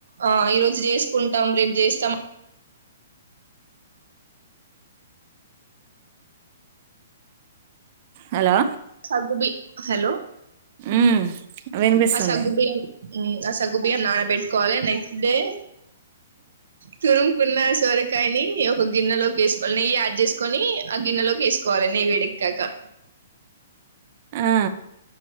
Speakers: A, on the right; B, on the right.
A: ఆ ఈరోజు చేసుకుంటాం రేపు చేస్తాం
B: హలో
A: సగ్గుబి హలో
B: ఉమ్ వినిపిస్తుంది
A: ఆ సగ్గుబియ్యం ఆ సగ్గుబియ్యం నాన బెట్టుకోవాలి నెక్స్ట్ ే తురుంకున్న సొరకాయని ఒక గిన్నెలోకి వేసుకోవాలి నెయ్యి యాడ్ చేసుకొని ఆ గిన్నెలోకి వేసుకోవాలి నెయ్యి వేడి ఎక్కాక
B: ఆ